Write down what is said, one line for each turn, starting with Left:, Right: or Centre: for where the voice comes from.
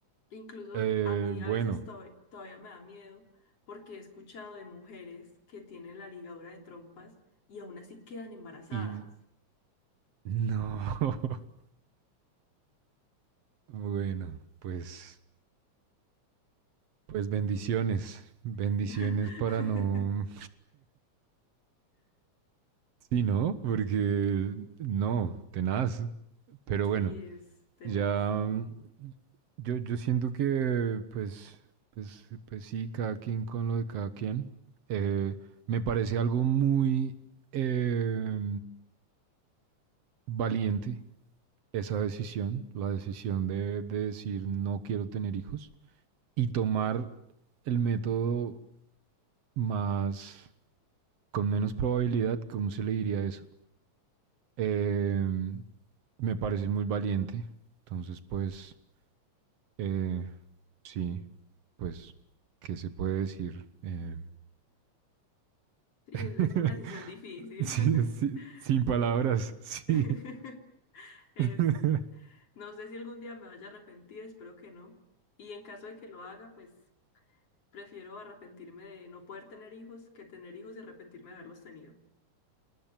Left: Incluso
Right: Eh,
Left: a mí
Right: bueno,
Left: a veces to- todavía me da miedo porque he escuchado de mujeres que tienen la ligadura de trompas y aún así quedan embarazadas.
Right: y no. <laughs> bueno, pues, pues bendiciones.
Left: Sí.
Right: Bendiciones
Left: <laughs>
Right: para no Sí, ¿no? Porque no, tenaz. Pero
Left: Sí,
Right: bueno,
Left: es tenaz.
Right: ya mm, yo, yo siento que pues, pues, pues sí, cada quien con lo de cada quien. Eh, me parece algo muy eh, valiente esa decisión, la decisión de, de decir no quiero tener hijos y tomar el método más, con menos probabilidad, ¿cómo se le diría eso? Em, Me parece muy valiente. Entonces, pues, eh, sí, pues, ¿qué se puede decir? Eh,
Left: Sí,
Right: <laughs>
Left: es, es una decisión difícil.
Right: sí,
Left: <laughs>
Right: sí, sin
Left: Sí.
Right: palabras, sí.
Left: <laughs> Es,
Right: <laughs>
Left: no sé si algún día me vaya a arrepentir, espero que no. Y en caso de que lo haga, pues prefiero arrepentirme de no poder tener hijos que tener hijos y arrepentirme de haberlos tenido.